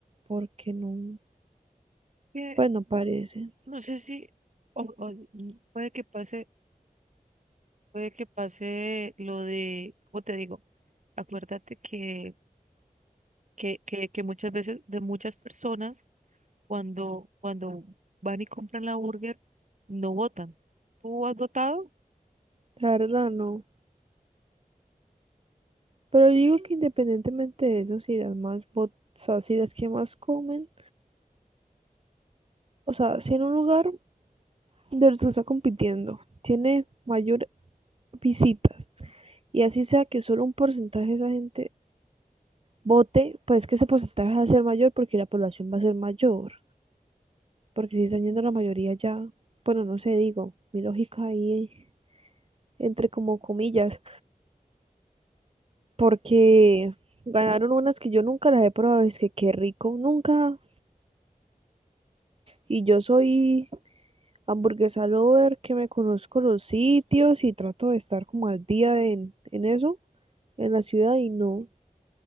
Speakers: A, on the right; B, on the right.
A: porque no,
B: Que
A: pues no parece,
B: no sé si, o, o- y puede que pase, puede que pase lo de, ¿cómo te digo? Acuérdate que, que, que, que muchas veces de muchas personas cuando, cuando van y compran la burger, no votan. ¿Tú has votado?
A: la verdad no. Pero yo digo que independientemente de eso, si las más votadas, o sea, si las que más comen, o sea, si en un lugar de los que está compitiendo tiene mayor visitas y así sea que solo un porcentaje de esa gente vote, pues que ese porcentaje va a ser mayor porque la población va a ser mayor. Porque si están yendo la mayoría ya, bueno, no sé, digo, mi lógica ahí entre como comillas, porque ganaron unas que yo nunca las he probado, es que qué rico, nunca. Y yo soy hamburguesa lover, que me conozco los sitios y trato de estar como al día en, en eso, en la ciudad y no.